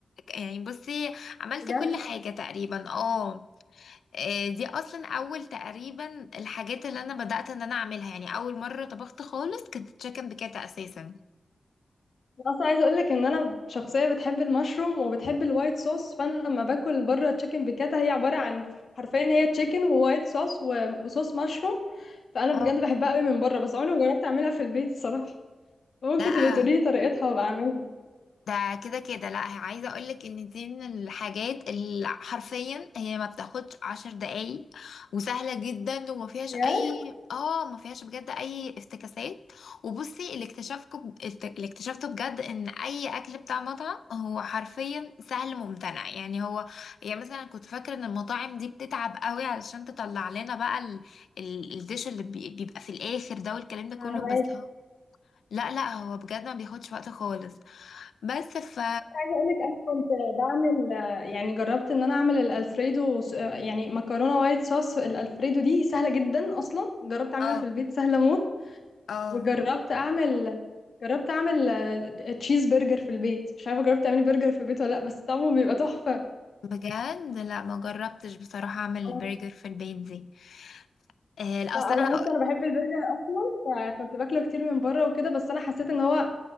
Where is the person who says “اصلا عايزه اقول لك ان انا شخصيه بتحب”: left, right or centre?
Left